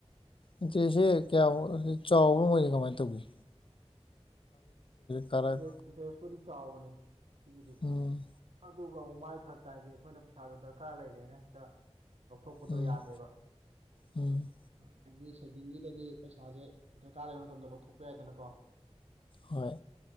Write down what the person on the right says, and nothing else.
ꯏꯦ ꯏꯟꯇꯔꯦꯁꯄꯨꯗꯤ ꯆꯥꯎꯕꯅꯦ ꯁꯤꯒꯤꯗꯤ
ꯑꯗꯨꯒ ꯃꯥꯏ ꯐꯔꯛ ꯇ ꯍꯥꯏꯒꯦ ꯑꯩꯈꯣꯏꯅ ꯄꯩꯁꯥꯗꯨꯣ ꯗꯔꯀꯥꯔ ꯂꯩꯔꯦꯅ ꯍꯦꯛꯇ ꯂꯧꯊꯣꯛꯄꯗꯣ
ꯌꯥꯗꯦꯕ
ꯎꯝ ꯑꯩꯒꯤ ꯁꯦꯚꯤꯡꯒꯤꯗꯗꯤ ꯄꯩꯁꯥꯁꯦ ꯗꯔꯀꯥꯔ ꯂꯩꯕ ꯃꯇꯝꯗ ꯂꯧꯊꯣꯛꯄ ꯌꯥꯏꯗꯅꯀꯣ